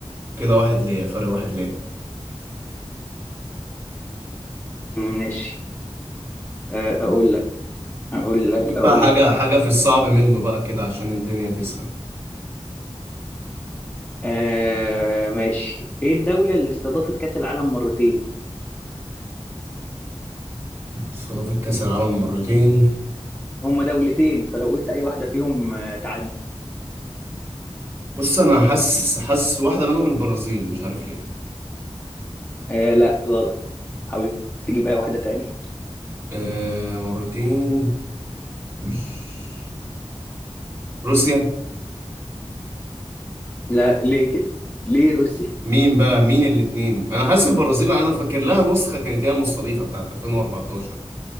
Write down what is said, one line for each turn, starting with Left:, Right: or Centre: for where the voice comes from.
Right: وكده واحد ليا فرق واحد ليا
Left: ماشي آه، أقول اقول
Right: خليك
Left: لك اقول
Right: بقى حاجة
Left: لك
Right: حاجة في الصعب منه بقى كده عشان الدنيا تسخن
Left: آه ماشي ايه الدولة اللي استضافت كأس العالم مرتين
Right: استضاف كأس العالم مرتين
Left: هما دولتين فلو قلت اي واحدة فيهم آه تعدي
Right: بص انا حاسس حاسس واحده منهم البرازيل مش عارف ليه
Left: آه لا غلط حاول تجيب اي واحدة تانية
Right: آه مرتين مش- روسيا
Left: لا ليه كده ليه روسيا
Right: مين بقى مين الاتنين انا حاسس البرازيل انا فاكر لها نسخه كانت هي مستضيفه بتاعت 2014 دي